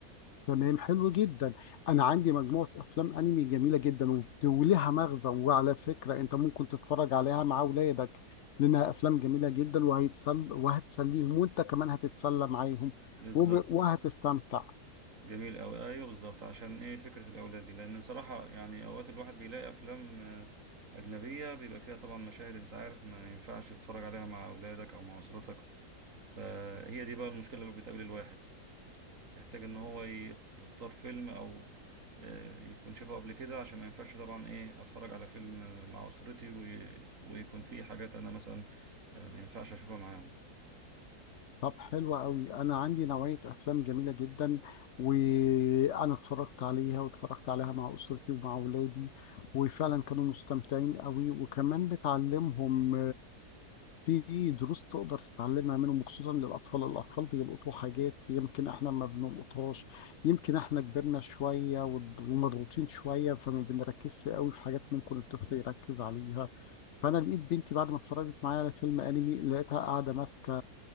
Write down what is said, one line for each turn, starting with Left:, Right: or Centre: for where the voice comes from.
Left: تمام حلو جدا انا عندي مجموعة افلام انمي جميلة جدا وبت- وليها مغزى وعلى فكرة انت ممكن تتفرج عليها مع اولادك لانها افلام جميلة جدا وهيتسل وهتسليهم وانت كمان هتتسلى معاهم
Right: بالظبط
Left: وب- وهتستمتع
Right: جميل أوي ايوه بالظبط عشان ايه فكره الاولاد دي لان صراحه يعني اوقات الواحد بيلاقي افلام آه، اجنبيه بيبقى فيها طبعا مشاهد انت عارف ما ينفعش تتفرج عليها مع اولادك او مع اسرتك فهي دي بقى المشكله اللي بتقابل الواحد يحتاج ان هو يخت- يختار فيلم او آه، يكون شافه قبل كده عشان ما ينفعش طبعا ايه اتفرج على فيلم آه، مع اسرتي وي- ويكون فيه حاجات انا مثلا آه، ما ينفعش اشوفها معاهم
Left: طب حلو قوي انا عندي نوعيه افلام جميله جدا وانا اتفرجت عليها واتفرجت عليها مع اسرتي ومع اولادي وفعلا كانوا مستمتعين قوي وكمان بتعلمهم في دروس تقدر تتعلمها منهم خصوصا للأطفال الأطفال بيلقطوا حاجات يمكن إحنا ما بنلقطهاش يمكن إحنا كبرنا شوية ود- ومضغوطين شوية فما بنركزش قوي في حاجات ممكن الطفل يركز عليها فأنا لقيت بنتي بعد ما اتفرجت معايا على فيلم أنمي لقيتها قاعدة ماسكة